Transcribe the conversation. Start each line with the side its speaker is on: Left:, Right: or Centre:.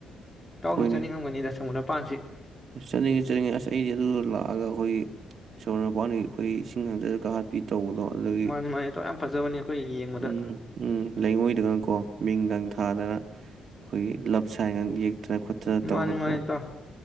Left: ꯏꯇꯥꯎꯁꯨ
Right: ꯍꯣꯏꯅꯦ
Left: ꯆꯠꯅꯤꯡꯉꯝꯒꯅꯤꯗ ꯁꯃꯨꯗ꯭ꯔ ꯃꯄꯥꯟꯁꯤ
Right: ꯆꯠꯅꯤꯡꯉꯤ ꯆꯠꯅꯤꯡꯉꯦ ꯑꯩꯗꯤ ꯑꯗꯨ ꯂꯥꯛꯑꯒ ꯑꯩꯈꯣꯏꯒꯤ ꯁꯣꯔ ꯃꯄꯥꯟꯗꯒꯤ ꯑꯩꯈꯣꯏ ꯏꯁꯤꯡ ꯉꯥꯡꯖꯔꯒ ꯍꯥꯠꯄꯤ ꯇꯧꯕꯗꯣ ꯑꯗꯨꯗꯒꯤ
Left: ꯃꯥꯅꯤ ꯃꯥꯅꯤ ꯏꯇꯥꯎ ꯌꯥꯝ ꯐꯖꯕꯅꯤ ꯑꯩꯈꯣꯏ ꯌꯦꯡꯕꯗ
Right: ꯎꯝ ꯎꯝ ꯂꯩꯉꯣꯏꯗꯒꯀꯣ ꯃꯤꯡꯗꯪ ꯊꯥꯗꯅ ꯑꯩꯈꯣꯏꯒꯤ ꯂꯞ ꯁꯟꯒ ꯌꯦꯛ ꯈꯅ ꯈꯣꯠꯇꯅ ꯇꯧꯔꯀꯣ
Left: ꯃꯥꯅꯤ ꯃꯥꯅꯤ
Right: ꯑꯗꯣ
Left: ꯏꯇꯥꯎ